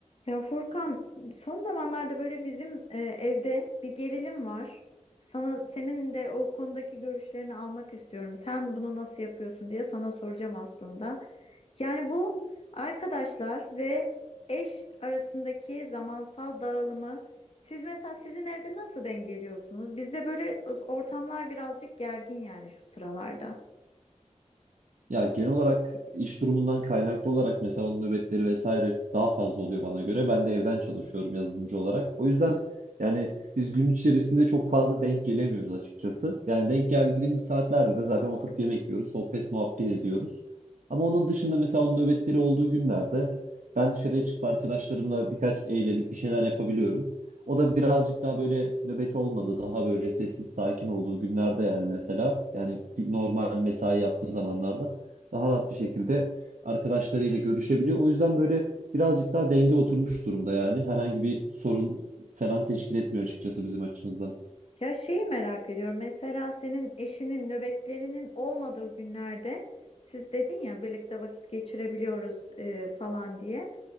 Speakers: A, on the left (about 50°); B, on the right (about 80°).
A: Ya Furkan, son zamanlarda böyle bizim e, evde bir gerilim var. Sana senin de o konudaki görüşlerini almak istiyorum. Sen bunu nasıl yapıyorsun diye sana soracağım aslında. Yani bu arkadaşlar ve eş arasındaki zamansal dağılımı siz mesela sizin evde nasıl dengeliyorsunuz? Bizde böyle ortamlar birazcık gergin yani şu sıralarda.
B: Ya genel olarak iş durumundan kaynaklı olarak mesela onun nöbetleri vesaire daha fazla oluyor bana göre. Ben de evden çalışıyorum yazılımcı olarak. O yüzden yani biz gün içerisinde çok fazla denk gelemiyoruz açıkçası. Yani denk geldiğimiz saatlerde de zaten oturup yemek yiyoruz, sohbet muhabbet ediyoruz. Ama onun dışında mesela onun nöbetleri olduğu günlerde ben dışarıya çıkıp arkadaşlarımla birkaç eğlenip bir şeyler yapabiliyorum. O da birazcık daha böyle nöbeti olmadı. Daha böyle sessiz sakin olduğu günlerde yani mesela yani normal mesai yaptığı zamanlarda daha rahat bir şekilde arkadaşlarıyla görüşebiliyor. O yüzden böyle birazcık daha denge oturmuş durumda yani. Herhangi bir sorun falan teşkil etmiyor açıkçası bizim açımızdan.
A: Ya şeyi merak ediyorum. Mesela senin eşinin nöbetlerinin olmadığı günlerde siz dedin ya birlikte vakit geçirebiliyoruz e, falan diye.